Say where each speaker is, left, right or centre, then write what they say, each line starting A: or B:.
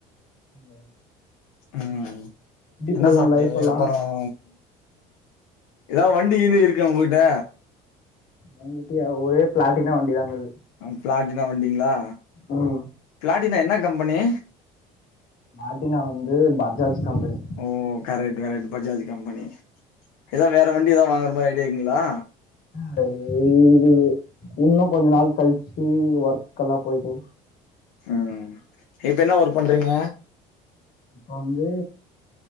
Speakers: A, on the left (about 60°); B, on the left (about 90°).
A: ம்
B: ம் என்ன
A: போது
B: சாப்டிய
A: உங்க லைஃப்
B: இது
A: எல்லா
B: அப்புறம் ஏதா வண்டி கிண்டி இருக்கா ஒங்க்கிட்ட
A: எங்ககிட்டிய ஒரே ப்ளாட்டின வண்டி அங்கது
B: ம் பிளாட்டினா வண்டிங்களா
A: ம்
B: பிளாட்டினா என்ன கம்பெனி
A: பிளாட்டினா வந்து பஜாஜ் கம்பெனி
B: ஓ கரெக்ட் கரெக்ட் பஜாஜ் கம்பெனி எதா வேற வண்டி ஏதா வாங்குற மாரி ஐடியா இருக்குங்களா
A: வேற இது இன்னும் கொஞ்ச நாள் கழிச்சு ஒர்க்க எல்லா போயிட்டு
B: ம் இப்ப என்ன ஒர்க் பண்றீங்க
A: இப்போ வந்து